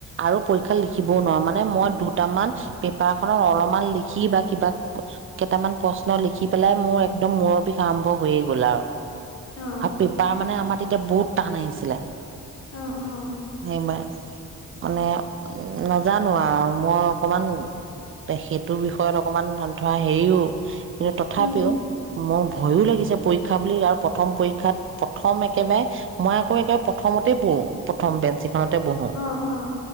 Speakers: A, on the right (about 40°); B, on the left (about 55°).
A: আৰু পৰীক্ষা লিখিবও নোৱাৰো মানে মই দুটামান পেপাৰখনত অলপমান লিখি বা কিবা কেইটামান প্ৰশ্ন লিখি পেলাই মোৰ একদম মূৰৰ বিষ আৰম্ভ হৈয়ে গ'ল আৰু
B: অ
A: আপি পাপ মানে আমাৰ এতিয়া বহুত টান আহিছিলে
B: অ অ
A: মা মানে নাজানো আৰু মই অকমান সেইটোৰ বিষয়ত অকমান ধৰা হেৰিও কিন্তু তথাপিও
B: উম
A: মই ভয়ও লাগিছে পৰীক্ষা বুলি আৰু প্ৰথম পৰীক্ষাত প্ৰথম একেবাৰে মই আকৌ একেবাৰে প্ৰথমতে পঢ়ো প্ৰথম বেঞ্চ বহো
B: অ অ